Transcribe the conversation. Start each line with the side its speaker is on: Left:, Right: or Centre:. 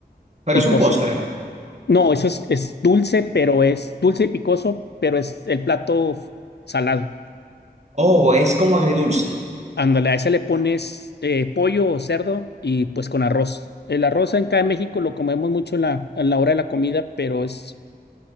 Right: Pero
Left: picoso.
Right: es un postre.
Left: No, eso es, es dulce, pero es dulce y picoso, pero es el plato f- salado.
Right: Oh, es como agridulce.
Left: Ándale, a ese le pones eh, pollo o cerdo y pues con arroz. El arroz acá en México lo comemos mucho en la, en la hora de la comida, pero es